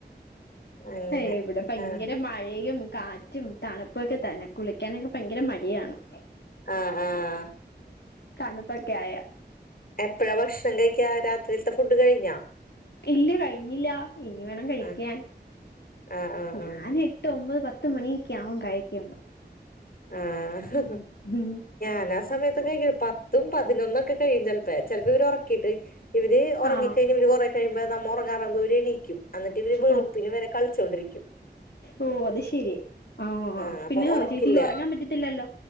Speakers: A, on the left; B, on the left.
A: അങ്ങനെ
B: അയ്യോ ഇവിടെ ഭയങ്കര
A: ആഹ്
B: മഴയും കാറ്റ് കാറ്റും തണുപ്പൊക്കെ തന്നെ കുളിക്കാനൊക്കെ ഭയങ്കര മടിയാന്ന്
A: ആഹ് ആഹ്
B: തണുപ്പൊക്കെ ആയാ
A: എപ്പഴാ ഭക്ഷണം കഴിക്കാ രാത്രിയിലത്തെ ഫുഡ് കഴിഞ്ഞോ
B: ഇല്ല കഴിഞ്ഞില്ല ഇനി വേണം കഴിക്കാൻ
A: ആഹ് ആഹ് ആഹ്
B: ഞാന്
A: ആഹ്
B: എട്ട് എട്ട് ഒമ്പത് പത്ത് മണിഒക്കെആവും കഴിക്കു ബെ
A: ആഹ്
B: ഉം
A: ഞാൻ ആ സമയത്തൊക്കെ കഴിക്കും പത്തും പതിനൊന്നും ഒക്കെ കഴിയും ചിലപ്പ ചിലപ്പോ ഇവർ ഉറക്കിയിട്ട് കഴി ഇവര് ഉറങ്ങിക്കഴിഞ്ഞ
B: ആ
A: ഇവര് കൊറ കഴിയുമ്പോ നമ്മ ഉറങ്ങാറുവുമ്പോ ഇവര് എണീക്കും എന്നിട്ട് ഇവര് വെളുപ്പിന്
B: ഓ
A: വരെ കളിച്ചോണ്ടിരിക്കും
B: ഓ അത് ശെരി ആ
A: ആഹ്
B: അപ്പ
A: അപ്പൊ
B: പിന്നെ
A: ഒറക്കില്ല
B: ചേച്ചിക്ക് ഉറങ്ങാൻ പറ്റത്തില്ലല്ലോ